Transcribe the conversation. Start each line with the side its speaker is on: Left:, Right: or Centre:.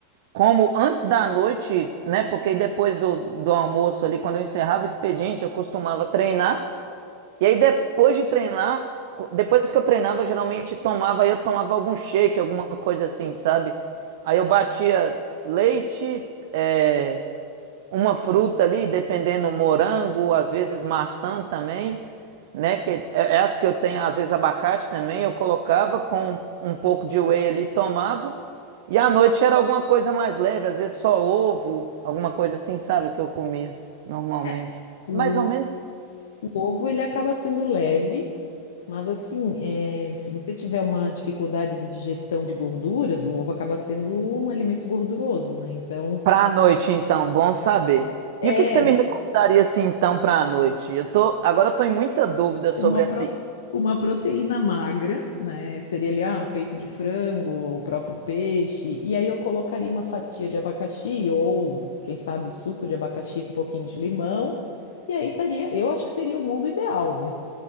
Right: como antes da noite, né? Porque aí depois do, do almoço ali, quando eu encerrava o expediente, eu costumava treinar. E aí, depois de treinar, co- depois que eu treinava, eu geralmente tomava, aí eu tomava algum shake, alguma coisa assim, sabe? Aí eu batia leite, é, uma fruta ali, dependendo, morango, às vezes maçã também, né? Que é é as que eu tenho, às vezes abacate também, eu colocava com um pouco de whey ali, tomava. E à noite era alguma coisa mais leve, às vezes só ovo, alguma coisa assim, sabe, que eu comia normalmente.
Left: É, o,
Right: É Mais ou menos
Left: o ovo ele acaba sendo leve, mas assim, é, se você tiver uma dificuldade de digestão de gorduras, o ovo acaba sendo um alimento gorduroso, né? Então,
Right: para a noite, então, bom saber.
Left: é
Right: E o que que você me recomendaria assim então para a noite? Eu tô, agora eu tô em muita dúvida sobre
Left: uma,
Right: essa
Left: pro- uma proteína magra, né? Seria ali, ah, peito de frango ou o próprio peixe. E aí eu colocaria uma fatia de abacaxi ou, quem sabe, suco de abacaxi com um pouquinho de limão. E aí estaria, eu acho que seria o mundo ideal, né?